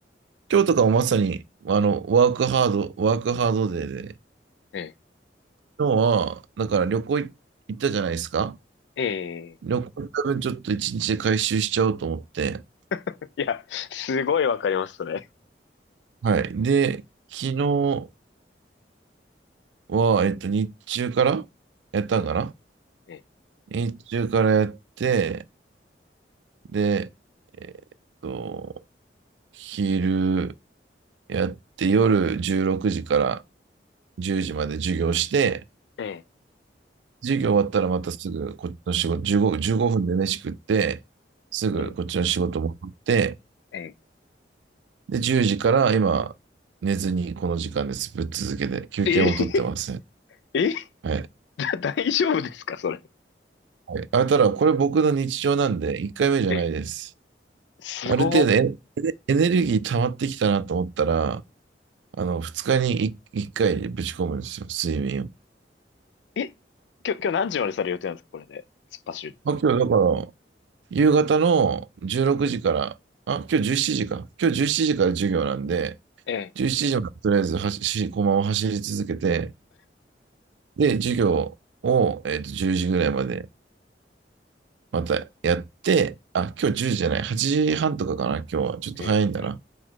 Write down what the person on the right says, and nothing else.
今日とかもまさに、あの、ワークハード、ワークハードデーで、
今日は、だから旅行い行ったじゃないですか。
旅行多分ちょっと1日で回収しちゃおうと思って、
はい。
で、昨日は、えっと、日中からやったんかな
日中からやって、で、えっと、昼やって、夜16時から10時まで授業して、
授業終わったらまたすぐこっちの仕事、15、15分で飯食って、すぐこっちの仕事戻って、
で、10時から今、寝ずにこの時間です。ぶっ続けて、休憩も取ってません。
はい。
はいあ、ただ、これ僕の日常なんで、1回目じゃないです。
ある程度エ、エネルギー溜まってきたなと思ったら、あの、2日に1、回ぶち込むんですよ、睡眠を。
まあ、今日だから、夕方の16時から、あ、今日17時か。今日17時から授業なんで、
17時までとりあえず走し、駒を走り続けて、で、授業を、えっと、10時ぐらいまでまたやって、あ、今日10時じじゃない、8時半とかかな、今日は。ちょっと早いんだな。